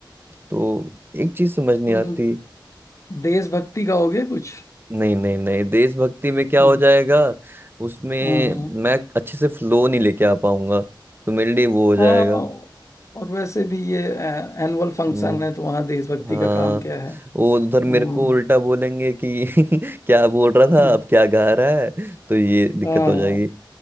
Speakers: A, on the right; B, on the left.
A: तो एक चीज समझ नहीं
B: तुम
A: आती
B: देशभक्ति गाओगे कुछ
A: नहीं नहीं नहीं देशभक्ति में क्या
B: हम्म
A: हो जाएगा उसमें
B: हम्म, हम्म।
A: मैं अच्छे से फ्लो नहीं लेके आ पाऊंगा तो मेरे लिए वो हो जाएगा
B: हाँ और वैसे भी ये एनुअल फंक्शन
A: हम्म,
B: है तो वहाँ देशभक्ति
A: हाँ
B: का काम क्या है
A: वो उधर मेरे
B: हम्म
A: को उल्टा बोलेंगे कि <laughs> क्या बोल रहा था
B: हम्म,
A: अब क्या गा रहा है तो ये दिक्कत
B: हाँ
A: हो जाएगी
B: हाँ।